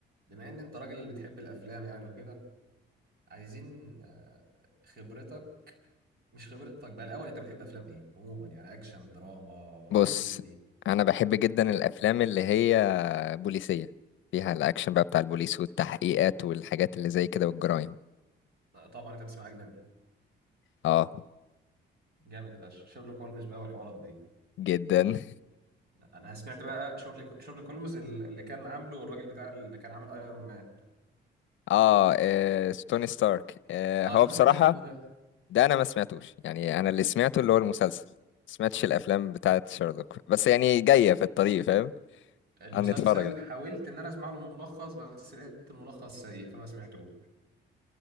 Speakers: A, on the right (about 50°); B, on the left (about 75°).
A: بما ان انت راجل اللي بتحب الافلام يعني وكده عايزين آه، خبرتك مش خبرتك بقى الاول انت بتحب افلام ايه عموما يعني اكشن دراما
B: بص
A: كوميدي
B: انا بحب جدا
A: مم.
B: الافلام اللي هي بوليسيه فيها الاكشن بقى بتاع البوليس والتحقيقات والحاجات اللي زي كده والجرايم
A: طبعا انت بتسمع اجنبي
B: اه
A: جامد فشخ شيرلوك هولمز بقى والحوارات دي
B: جدا <laughs>
A: لا، انا سمعت بقى شيرلوك شيرلوك هولمز ال- اللي كان عامله الراجل بتاع اللي كان عامل ايرون مان
B: اه, آه ستوني ستارك آه
A: ايوه
B: هو بصراحه
A: هو ده
B: ده انا ما سمعتوش يعني انا اللي سمعته اللي هو المسلسل ما سمعتش الافلام بتاعه شارلوك بس يعني جايه في الطريق فاهم
A: المسلسل
B: هنتفرج عليها.
A: حاولت ان انا اسمع له ملخص بس لقيت الملخص سيء فما سمعتوش